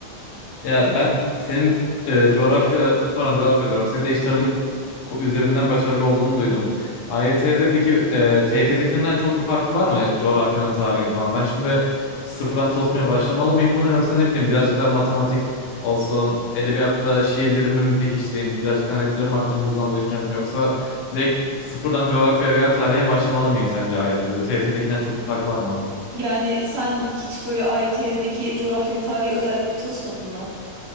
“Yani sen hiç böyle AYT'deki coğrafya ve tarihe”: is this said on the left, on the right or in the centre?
Right